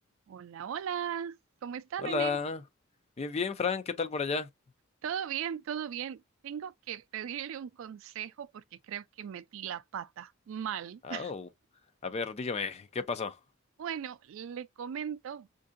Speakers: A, on the right; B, on the left.
A: Hola, hola. ¿Cómo está,
B: Hola.
A: René?
B: Bien, bien, Frank, ¿qué tal por allá?
A: Todo bien, todo bien. Tengo que pedirle un consejo porque creo que metí la pata mal.
B: Au.
A: <laughs>
B: A ver, dígame, ¿qué pasó?
A: Bueno, le comento,